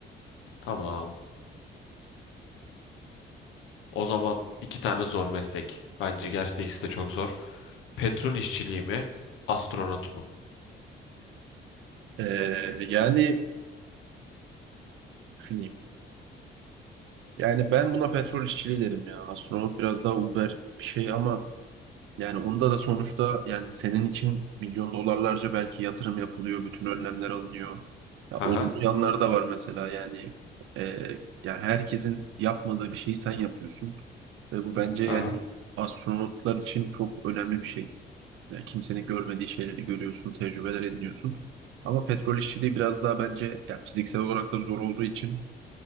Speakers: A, on the left; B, on the right.
A: Tamam. O zaman iki tane zor meslek. Bence gerçekten ikisi de çok zor. Petrol işçiliği mi? Astronot mu?
B: Ee, yani düşüneyim. Yani ben buna petrol işçiliği derim ya. Astronot biraz daha Uber bir şey ama yani onda da sonuçta yani senin için milyon dolarlarca belki yatırım yapılıyor. Bütün önlemler alınıyor. Ya
A: Hı
B: olumlu
A: hı.
B: yanları da var mesela yani. Ee, ya herkesin yapmadığı bir şeyi sen yapıyorsun. Ve bu bence
A: Hı
B: yani
A: hı.
B: astronotlar için çok önemli bir şey. Yani kimsenin görmediği şeyleri görüyorsun, tecrübeler ediniyorsun. Ama petrol işçiliği biraz daha bence ya fiziksel olarak da zor olduğu için